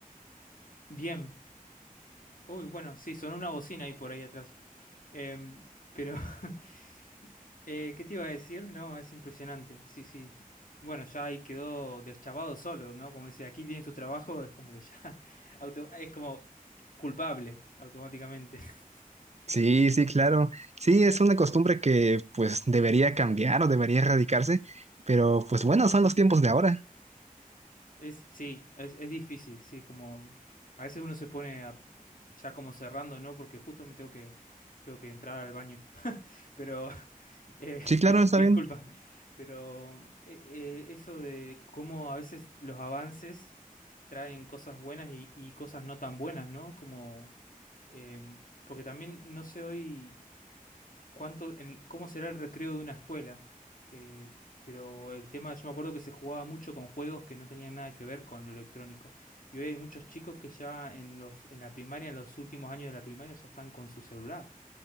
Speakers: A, on the left; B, on the right.
A: Bien. Uy, bueno, sí, sonó una bocina ahí por ahí atrás. Em, pero, <laughs> eh, ¿qué te iba a decir? No, es impresionante. Sí, sí. Bueno, ya ahí quedó deschavado solo, ¿no? Como dice, aquí tienes tu trabajo, es como que ya <laughs> auto- es como culpable automáticamente. <laughs>
B: Sí, sí, claro. Sí, es una costumbre que pues debería cambiar o debería erradicarse, pero pues bueno, son los tiempos de ahora.
A: Es, sí, es, es difícil, sí, como a veces uno se pone a- ya como cerrando, ¿no? Porque justo me tengo que, tengo que entrar al baño. <laughs> Pero Eh, <laughs>
B: Sí, claro,
A: dis-
B: está
A: disculpa,
B: bien.
A: pero eh, eh, eso de cómo a veces los avances traen cosas buenas y, y cosas no tan buenas, ¿no? Como, em, porque también no sé hoy cuánto, en- cómo será el recreo de una escuela, eh, pero el tema, yo me acuerdo que se jugaba mucho con juegos que no tenían nada que ver con lo electrónico. Y hoy hay muchos chicos que ya en los, en la primaria, en los últimos años de la primaria, ya están con su celular.